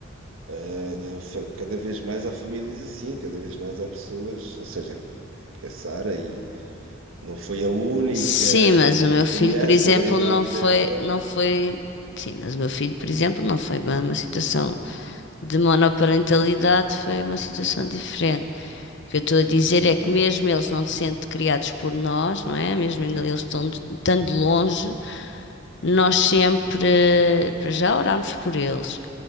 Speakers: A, on the right; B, on the left.
A: eh, fa- cada vez mais há famílias assim, cada vez mais há pessoas, ou seja, a Sara e não foi a única
B: Sim, mas o meu filho,
A: criança
B: por exemplo,
A: da idade
B: não foi,
A: dela
B: não
A: que.
B: foi... Sim, mas o meu filho, por exemplo, não foi bem uma situação de monoparentalidade, foi uma situação diferente. O que eu estou a dizer
A: Uhum.
B: é que mesmo eles não se sentem criados por nós, não é? Mesmo ainda eles estão de- estando longe, Nós sempre, eh, para já, orámos por eles